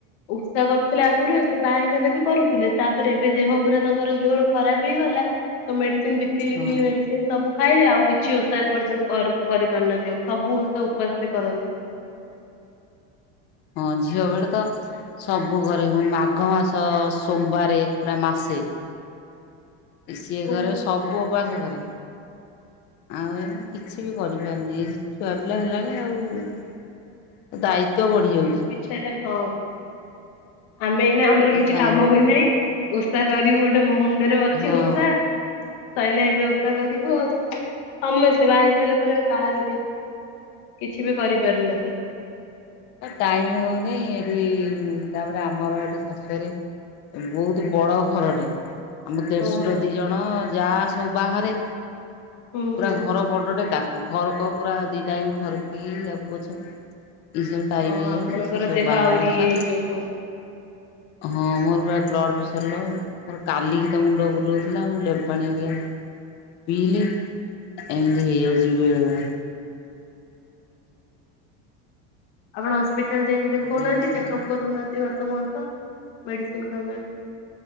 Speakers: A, on the left; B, on the left.
A: ଉଷା କରିଥିଲି ଆଗରୁ ଏବେ ବାହା ହେଇଗଲା ବି କରୁଥିଲେ ତାପରେ ଏବେ ଦେହ ପୁରା ତାଙ୍କର ଜୋର ଖରାପ ହେଇଗଲା ତ ମେଡିସିନ ବି ପିି ପି
B: ହଁ
A: ପି ମେଡିସିନ। ସବୁ ଖାଇବେ ଆଉ କିଛି ଓଷା ଏପର୍ଯ୍ୟନ୍ତ କର କରିପାରୁନାହାନ୍ତି ଆଉ ସବୁ ଓଷା ଉପାସ ସେ କରନ୍ତି।
B: ହଁ ଝିଅ ବେଳେ ତ ସବୁ କରେ ମୁଁ ମାଘ ମାସ ସୋମବାରେ ପୁରା ମାସେ। ସିଏ
A: ହଁ
B: କରେ ସବୁ ଉପାସ କରେ। ଆଉ ଏଇନା କିଛି ବି କରିପାରୁନି। ଏଇ ଛୁଆ ପିଲା ହେଲାଣି ଆଉ। ଦାୟିତ୍ୱ ବଢିଯାଉଚି।
A: ଛେରେ ହଁ ଆମେ ଏଇନା ଆମର
B: ଆଉ
A: କିଛି
B: ଟାଇମ୍
A: କାମ ହୋଇନାହିଁ। ଓଷା କରିବୁ ଗୋଟେ ମୁଣ୍ଡରେ ଅଛି
B: ହଁ
A: ଓଷା। ସଇଲେ ଏବେ ଓଷା କରିବୁ ଆଉ। ସମସ୍ତେ ବାହା ହେଇସାରିଲା ପରେ ଆଉ କାହାର ବି କିଛି ବି କରିପାରୁନାହାନ୍ତି।
B: ଟାଇମି ହଉନି ଏଠି ତାପରେ ଆମର ଏଠି ଶାଶୁ ଘରେ ବହୁତ୍ ବଡ ଘରଟେ ଆମ ଦେଢ଼ଶୁର
A: ଓହୋ
B: ଦିଜଣ ଯା ସବୁ ବାହାରେ
A: ହୁଁ।
B: ପୁରା
A: ହୁଁ।
B: ଘର ବଡ଼ଟେ ତାକୁ ଖରକ ପୁରା ଦି ଟାଇମ୍ ଖରକି ତାକୁ ପୋଛ। ଏଇ ସବୁ ଟାଇମ
A: ହଁ
B: ହେଇଯାଉଚି
A: ଆପଣଙ୍କର
B: ସେ ସବୁ
A: ଦେହ
B: ବାହାରେ
A: ଆହୁରି
B: ଅଛନ୍ତି।
A: ଇଏ ହେଇଯାଉଥିବ। <inaudible>
B: ହଁ ମୋର ପା ବ୍ଲଡ଼୍ ପ୍ରେସର ଲୋ। ମୋର କାଲିକି ତ ମୁଣ୍ଡ ବୁଲଉଥିଲା ମୁଁ ଲେମ୍ବାପାଣି ହରିକା ପିଲି। ଏମିତି ହେଇଯାଉଚି ବେଳେବେଳେ।
A: ଆପଣ ହସ୍ପିଟାଲ ଯାଇକି ଦେଖଉନାହାନ୍ତି
B: ଏଇଆ ହଉଛି।
A: ଚେକ୍ଅପ୍ କରୁନାହାନ୍ତି ମାସକୁ ମାସ। ମେଡିସିନ୍ ଖାଉନାହାନ୍ତି।